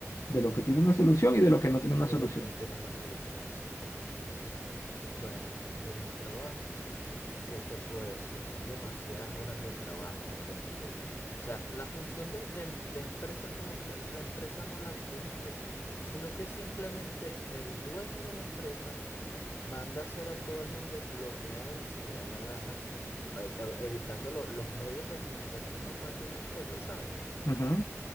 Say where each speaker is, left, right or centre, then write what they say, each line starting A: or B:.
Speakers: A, on the left (about 75°); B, on the left (about 55°).
A: de lo que tiene una solución y de lo que no tiene
B: Sí,
A: una
B: de
A: solución.
B: lo que no tiene una solución, exactamente, sí. Bueno, de mi trabajo, ¿qué te puedo decir? Son demasiadas horas de trabajo donde, o sea, la función de, de em- de empresa como tal, la empresa no la cumple, sino que simplemente el dueño de la empresa manda hacer a todo el mundo lo que a él se le da la gana, o sea, e- e- evitando lo- los medios de comunicación normal de una empresa, ¿sabes?
A: Ujú.